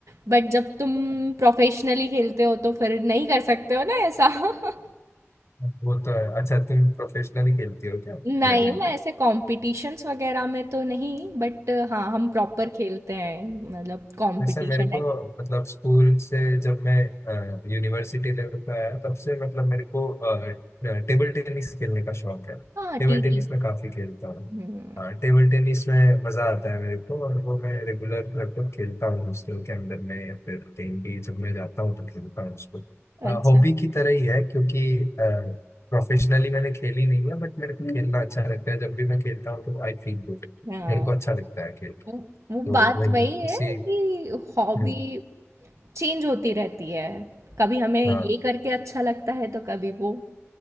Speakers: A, on the right; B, on the left.
A: बट जब तुम प्रोफेशनली खेलते हो तो फिर नहीं कर सकते हो ना ऐसा <laughs>
B: <laughs> वो तो है अच्छा तुम प्रोफेशनली खेलती हो क्या
A: नहीं
B: बैडमिंटन
A: मैं ऐसे कॉम्पिटिशन्स वगैरह में तो नहीं बट हाँ हम प्रॉपर खेलते हैं मतलब कॉम्पिटिशन
B: नहीं सर मेरे को
A: टाइप
B: मतलब स्कूल से जब मैं यूनिवर्सिटी लेवल पे आया तब से मतलब मेरे को टेबल टेनिस खेलने का शौक है
A: हाँ
B: टेबल
A: टी
B: टेनिस
A: टी
B: मैं काफी खेलता हूँ
A: हम्म
B: अ, टेबल टेनिस में मजा आता है मेरे को और वो मैं रेगुलर लगभग खेलता हूँ हॉस्टल के अंदर में या फिर कहीं भी जब मैं जाता हूँ तो खेलता हूँ उसको
A: अच्छा
B: हॉबी की तरह ही है क्योंकि प्रोफेशनली मैंने खेली नहीं है बट मेरे को खेलना अच्छा लगता है जब भी मैं खेलता हूँ तो आई फील गुड
A: हाँ
B: मेरे को अच्छा लगता है खेल के।
A: वो वो
B: तो
A: बात
B: वही
A: वही
B: है
A: है
B: इसी
A: कि हॉबी
B: हम्म।
A: चेंज होती रहती है कभी हमें ये
B: हाँ
A: करके अच्छा लगता है तो कभी वो